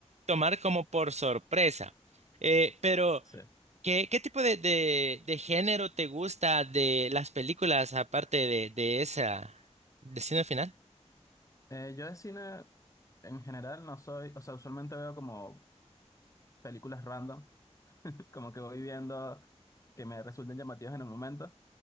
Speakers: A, on the right (about 75°); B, on the left (about 30°).
A: tomar como por sorpresa. Eh, pero...
B: Sí.
A: ¿Qué, qué tipo de, de, de género te gusta de las películas aparte de, de esa Destino Final?
B: Eh, yo de cine en general no soy, o sea, usualmente veo como películas random, <laughs> como que voy viendo que me resulten llamativas en el momento.